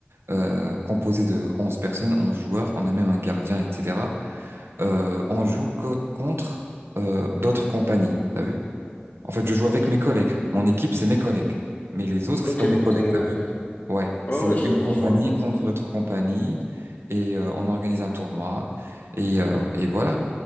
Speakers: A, on the right; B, on the left.
A: euh, composée de 11 personnes, 11 joueurs, on a même un gardien, etc. Euh, on joue co- contre euh, d'autres compagnies, t'as vu? En fait, je joue avec mes collègues. Mon équipe, c'est mes collègues. Mais les autres,
B: Ok,
A: c'est pas
B: donc
A: mes collègues.
B: ton.
A: Ouais,
B: Ah
A: c'est
B: ouais, je,
A: une compagnie
B: je vois.
A: contre l'autre compagnie et euh, on organise un tournoi et, euh, et voilà.